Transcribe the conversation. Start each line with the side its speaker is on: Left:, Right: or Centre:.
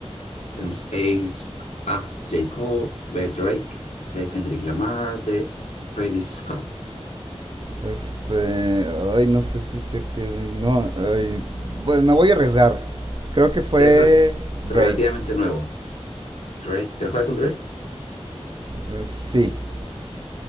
Left: Tenemos A, A, J. Cole, B, Drake, C, Kendrick Lamar, D, Travis Scott.
Right: Este. Ay, no sé si sé que. No. ay, bueno, me voy a arriesgar. Creo que fue
Left: Es re-
Right: Drake.
Left: relativamente nuevo. Drake, ¿te lo juegas con Drake?
Right: Eh, sí.